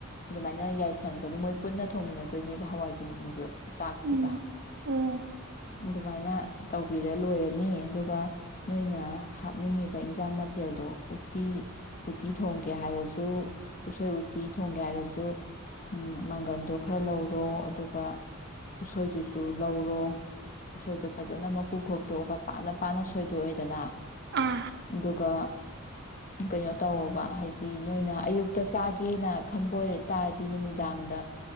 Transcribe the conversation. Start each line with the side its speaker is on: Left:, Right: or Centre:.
Left: ꯑꯗꯨꯃꯥꯏꯅ ꯌꯥꯏꯁꯟꯈ꯭ꯔꯅꯤ ꯃꯣꯏ ꯄꯨꯟꯅ ꯊꯣꯡꯃꯤꯟꯅꯗꯣꯏꯅꯦꯕ ꯍꯋꯥꯏꯖꯤꯡꯁꯤꯁꯨ ꯆꯥꯛꯁꯤꯒ
Right: ꯎꯝ ꯎꯝ
Left: ꯑꯗꯨꯃꯥꯏꯅ ꯇꯧꯕꯤꯔ ꯂꯣꯏꯔꯅꯤ ꯑꯗꯨꯒ ꯅꯣꯏꯅ ꯍꯥꯞꯅꯤꯡꯉꯤ ꯑꯗꯨꯒ ꯏꯟꯖꯥꯡ ꯃꯊꯦꯜꯗꯣ ꯎꯇꯤ ꯎꯇꯤ ꯊꯣꯡꯒꯦ ꯍꯥꯏꯔꯁꯨ ꯎꯁꯣꯏ ꯎꯇꯤ ꯊꯣꯡꯒꯦ ꯍꯥꯏꯔꯁꯨ ꯎꯝ ꯃꯪꯒꯟꯗꯣ ꯈꯔ ꯂꯧꯔꯣ ꯑꯗꯨꯒ ꯎꯁꯣꯏꯗꯨꯁꯨ ꯂꯧꯔꯣ ꯎꯁꯣꯏꯗꯣ ꯐꯖꯅ ꯃꯀꯨ ꯈꯣꯛꯇꯣꯛꯑꯒ ꯄꯥꯅ ꯄꯥꯅ ꯁꯣꯏꯗꯣꯛꯑꯦꯗꯅ
Right: ꯑꯥ
Left: ꯑꯗꯨꯒ ꯀꯩꯅꯣ ꯇꯧꯑꯣꯕ ꯍꯥꯏꯗꯤ ꯅꯣꯏꯅ ꯑꯌꯨꯛꯇ ꯆꯥꯒꯦꯅ ꯈꯟꯕ ꯑꯣꯏꯔ ꯇꯥꯔꯗꯤ ꯅꯨꯃꯤꯗꯥꯡꯗ